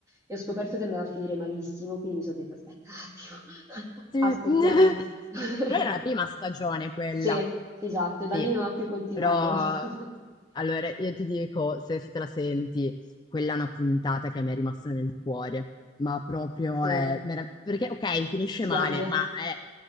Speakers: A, on the right (about 15°); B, on the left (about 25°).
A: e ho scoperto che andava a finire malissimo, quindi mi sono detta aspetta un attimo, <laughs>
B: Sì.
A: aspettiamo.
B: <laughs>
A: <laughs>
B: Però era la prima stagione quella,
A: Sì, esatto, e da
B: sì.
A: lì non ho più continuato.
B: Però,
A: <laughs>
B: allora, io ti dico, se, se te la senti, quella è una puntata che mi è rimasta nel cuore. Ma proprio
A: Sì,
B: è... merav- Perché, ok, finisce
A: si piange?
B: male, ma è...